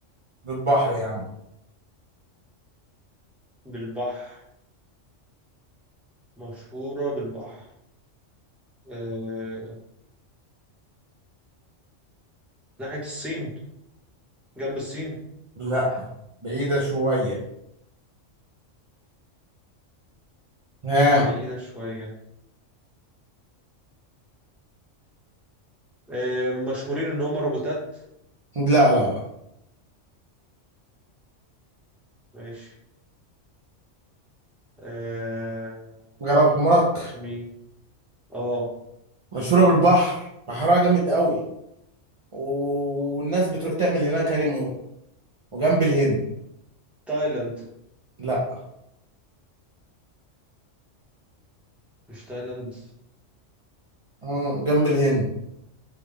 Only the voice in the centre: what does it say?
بالبحر مشهورة بالبحر آه... ناحية الصين جنب الصين
بعيدة شوية آه... مشهورين إن هما روبوتات
ماشي آه...
مين؟ اه
تايلاند
مش تايلاند